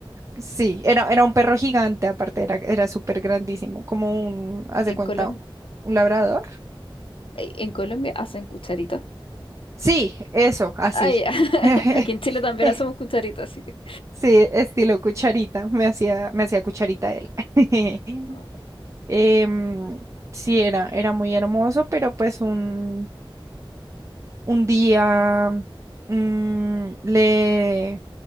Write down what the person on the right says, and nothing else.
Sí, era, era un perro gigante, aparte era, era súper grandísimo, como un, haz de
cuenta,
un labrador.
Sí, eso, así.
<laughs>
Sí, estilo cucharita, me hacía, me hacía cucharita él. <laughs>
Em, sí, era, era muy hermoso, pero pues un, un día mm, le,